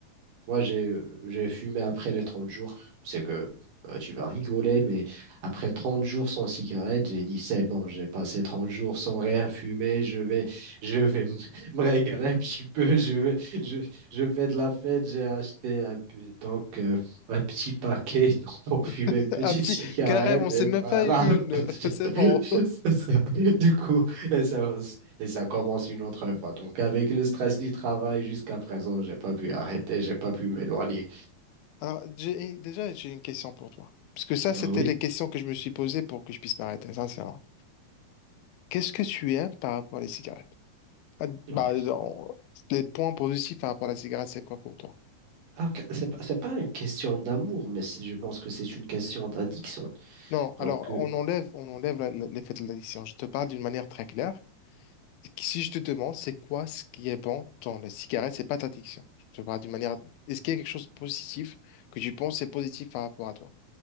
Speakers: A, on the right (about 65°); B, on the left (about 85°).
A: Moi, j'ai j'ai fumé après les 30 jours. C'est que euh, tu vas rigoler, mais après 30 jours sans cigarette, j'ai dit, c'est bon, j'ai passé 30 jours sans rien fumer, je vais, je vais m- <laughs> me régaler un petit peu, je vais, je, je fais de la fête, j'ai acheté un, peu- donc, euh, un petit paquet <laughs> donc, pour fumer
B: <laughs>
A: une petite
B: Un petit,
A: cigarette,
B: carrément, on c'est
A: et
B: même
A: voilà.
B: pas une.
A: <laughs>
B: <laughs> C'est bon.
A: C'est ça. Du coup, ça va, et ça commence une autre fois. Donc, avec le stress du travail jusqu'à présent, j'ai pas pu arrêter, j'ai pas pu m'éloigner.
B: Alors, j'ai- déjà, j'ai une question pour toi. Parce que ça, c'était
A: Ah oui.
B: les questions que je me suis posées pour que je puisse m'arrêter, sincèrement. Qu'est-ce que tu aimes par rapport à les cigarettes? Ah, Bah,
A: Ouais.
B: on- les points positifs par rapport à la cigarette, c'est quoi pour toi?
A: Alors que c'est pas, c'est pas une question d'amour, mais c'est- je pense que c'est une question d'addiction.
B: Non,
A: Donc,
B: alors,
A: euh,
B: on enlève, on enlève la- la- l'effet de l'addiction. Je te parle d'une manière très claire. Si je te demande, c'est quoi ce qui est bon dans la cigarette, c'est pas ta addiction. Je te parle d'une manière. Est-ce qu'il y a quelque chose de positif que tu penses est positif par rapport à toi?